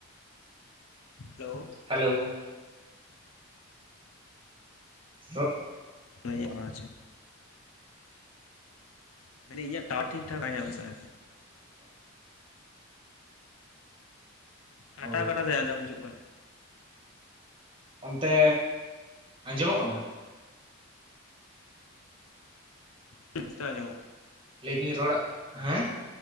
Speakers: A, on the left (about 80°); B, on the right (about 25°).
A: ᱦᱮᱞᱳ
B: ᱦᱮᱞᱳᱣ <unintelligible>
A: ᱞᱟᱹᱭ ᱟᱸᱡᱚᱢᱚᱜ ᱠᱟᱱ ᱟᱪᱪᱷᱟ ᱢᱟᱱ ᱫᱟ. ᱧ ᱤᱧᱟᱹᱜ ᱴᱟᱣᱟᱨ ᱴᱷᱤᱠ ᱴᱷᱟᱠ ᱰᱟᱭ ᱧᱟᱢ ᱫᱟ ᱠᱟᱴᱟᱣ
B: ᱚ
A: ᱠᱟᱴᱟᱣ ᱛᱮ ᱟᱸᱡᱚᱢ ᱦᱤᱡᱩᱜ ᱠᱟᱱᱟ
B: ᱚᱱᱛᱮ ᱟᱸᱡᱚᱢᱚᱜ ᱠᱟᱱᱟ
A: ᱱᱤᱛᱚᱜ ᱟᱸᱡᱚᱢᱚᱜ
B: ᱞᱟᱹᱭᱫᱟᱹᱧ ᱨᱚᱲ ᱦᱮᱸ